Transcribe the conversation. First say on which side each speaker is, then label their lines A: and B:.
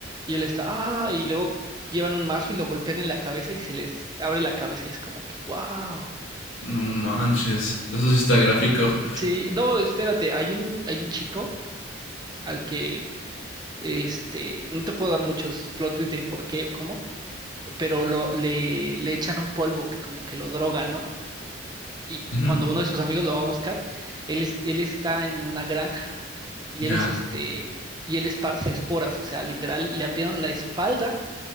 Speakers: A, on the right; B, on the left.
A: Y él está, ah, y luego llevan un mazo y lo golpean en la cabeza y se les abre la cabeza y es como que, wow.
B: No manches, eso sí está gráfico.
A: Sí, no, espérate, hay un, hay un chico al que, este, no te puedo dar muchos plot twists de por qué o cómo, pero lo, le, le echan un polvo que como que lo droga, ¿no? y
B: Ujú,
A: cuando uno de sus amigos lo va a buscar, él, es- él está en una granja y
B: Ya.
A: él es este, y él esparce esporas, o sea, literal, le abrieron la espalda,